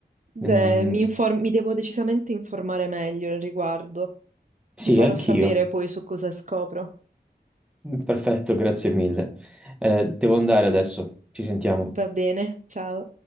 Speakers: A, on the right; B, in the centre.
A: Beh,
B: Mm,
A: mi inform- mi devo decisamente informare meglio al riguardo.
B: sì,
A: Ti farò
B: anch'io.
A: sapere poi su cosa scopro.
B: Perfetto, grazie mille. Eh, devo andare adesso, ci sentiamo.
A: Va bene, ciao.